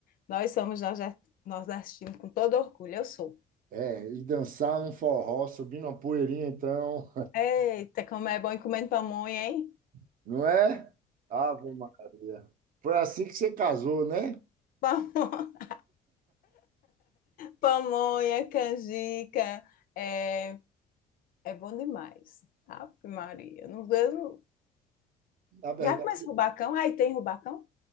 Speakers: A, on the left (about 55°); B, on the right (about 55°).
A: Nós somos norde- nordestinos com todo orgulho, eu sou.
B: é, e dançar um forró, subir uma poeirinha, então,
A: Eita, como é bom ir comendo pamonha, hein?
B: <laughs> não é? Ave Maria. Foi assim que você casou, né?
A: <laughs> Pamonha, canjica, é, é bom demais. Ave Maria. Não, eu não-
B: Na verdade,
A: Já começa rubacão? Aí tem rubacão?